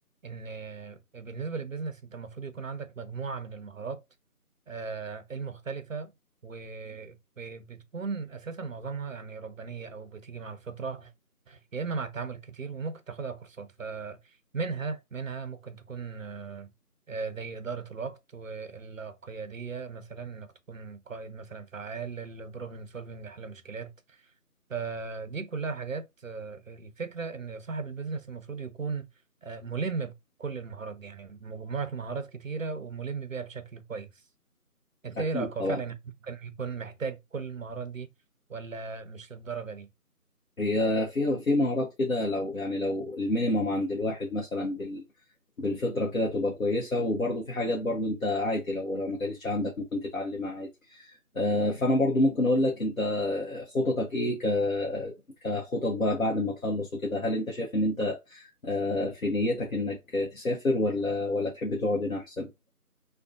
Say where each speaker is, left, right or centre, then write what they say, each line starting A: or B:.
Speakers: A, on the right; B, on the left.
A: ان آه، بالنسبه للبيزنس انت المفروض يكون عندك مجموعه من المهارات آه، المختلفه وبتكون اساسا معظمها يعني ربانيه او بتيجي مع الفطره يا اما مع التعامل كتير وممكن تاخدها كورسات فمنها منها ممكن تكون آه، آه، زي اداره الوقت والقياديه مثلا انك تكون قائد مثلا فعال البروبلم سولفنج حل مشكلات فدي كلها حاجات آه، الفكره ان صاحب البيزنس المفروض يكون آه، ملم بكل المهارات دي يعني مجموعه مهارات كتيره وملم بيها بشكل كويس انت
B: أكيد
A: ايه رايك هو
B: طبعا
A: فعلا يعني ممكن يكون محتاج كل المهارات دي ولا مش للدرجه دي
B: هي في في مهارات كده لو يعني لو المينيمم عند الواحد مثلا بال بالفطرة كده تبقى كويسة وبرضه في حاجات برضه انت عادي لو لو ما كانتش عندك ممكن تتعلمها عادي آه، فانا برضه ممكن اقول لك انت خططك ايه ك كخطط بقى بعد ما تخلص وكده هل انت شايف ان انت آه، في نيتك انك تسافر ولا ولا تحب تقعد هنا احسن